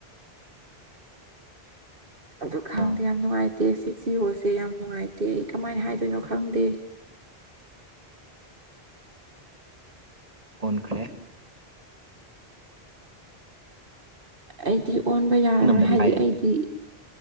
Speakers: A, on the right; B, on the right.
A: ꯑꯗꯨ ꯈꯪꯗꯦ
B: ꯑꯥ
A: ꯌꯥꯝ ꯅꯨꯡꯉꯥꯏꯇꯦ ꯁꯤꯖꯤꯌꯣꯁꯦ ꯌꯥꯝ ꯅꯨꯡꯉꯥꯏꯇꯦ ꯑꯩ ꯀꯃꯥꯏꯅ
B: ꯑꯣ
A: ꯍꯥꯏꯗꯣꯏꯅꯣ ꯈꯪꯗꯦ ꯎ
B: ꯑꯣꯟꯈ꯭ꯔꯦ
A: ꯑꯩꯗꯤ
B: ꯅꯪ
A: ꯑꯣꯟꯕ ꯌꯥꯔꯔꯣꯏ
B: ꯅꯝꯕꯔꯅꯤ
A: ꯍꯥꯏꯗꯤ
B: ꯄꯥꯏꯔꯦ ꯑꯗꯨꯗꯤ
A: ꯑꯩꯗꯤ